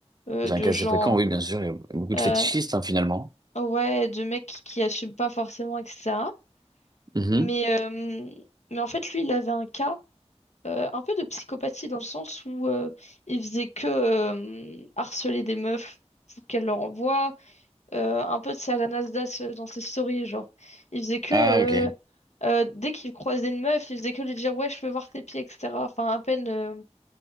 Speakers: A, on the left (about 80°); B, on the right (about 35°).
A: euh,
B: avez
A: de
B: un cas
A: gens,
B: assez fréquent, oui, bien sûr. Il y a beaucoup de
A: euh,
B: fétichistes, hein, finalement.
A: ouais, de mecs qui, qui assument pas forcément, etc.
B: Mhm.
A: Mais, euh, mais en fait, lui, il avait un cas euh, un peu de psychopathie dans le sens où euh, il faisait que euh, harceler des meufs pour qu'elles leur envoient. Euh, un peu, c'est à la Nasdaq euh, dans ses stories, genre. Il faisait que,
B: Ah,
A: euh,
B: ok.
A: euh, dès qu'il croisait une meuf, il faisait que lui dire, ouais, je veux voir tes pieds, etc. Enfin, à peine, euh,